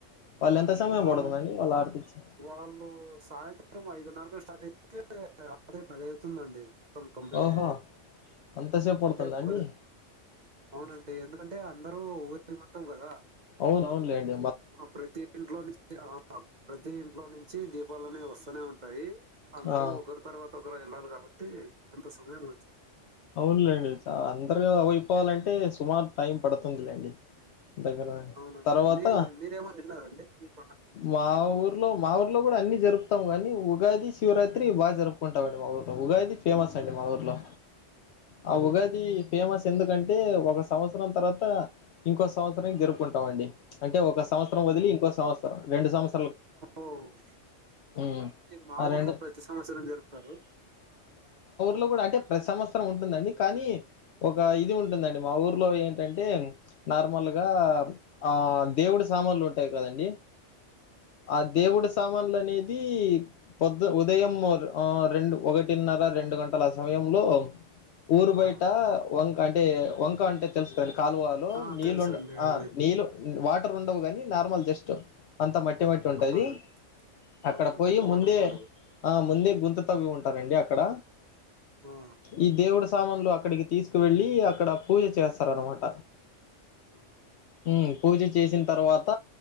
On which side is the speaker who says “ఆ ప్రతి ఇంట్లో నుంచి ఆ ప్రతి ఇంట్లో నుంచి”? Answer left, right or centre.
Right